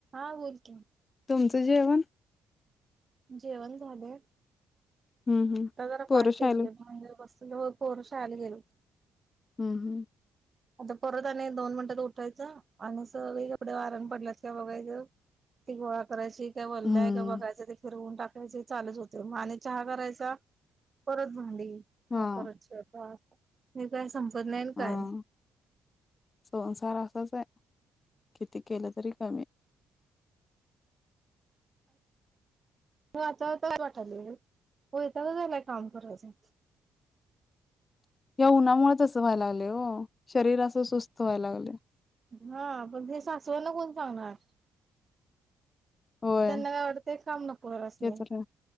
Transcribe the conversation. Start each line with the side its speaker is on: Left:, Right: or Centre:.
Right: हा बोल की,
Left: तुमचं जेवण?
Right: जेवण झालय,
Left: हम्म
Right: आता
Left: हम्म
Right: जरा
Left: पोरं
Right: पाट टेकले
Left: शाळेला
Right: म्हणजे होय, पोर शाळेला गेलेत.
Left: हम्म हम्म
Right: आता परत आणि दोन मिनिटात उठायचं आणि सगळी कापडे वाऱ्यानं पडल्यात का बघायचं. ती गोळा करायची, काय वल्ल
Left: हम्म.
Right: हाय का बघायच, ते फिरवून टाक कायची, हे चालूच होते मग आणि चहा करायचा, परत भांडी
Left: हा
Right: मग परत स्वयंपाक, हे काय संपत नाही अन् काय
Left: हा
Right: नाही.
Left: संसार असाच आहे, किती केलं तरी कमी.
Right: आता आता वाटायलय, वैतागच आलंय काम करायचं.
Left: या उन्हामुळच असं व्हाय लागलय ओ शरीर असं सुस्त व्हाय लागलय.
Right: हा, पण ते सासवना कोण सांगणार?
Left: होय.
Right: त्यांना काय वाटतंय, काम नको असतय
Left: ते तर आहे.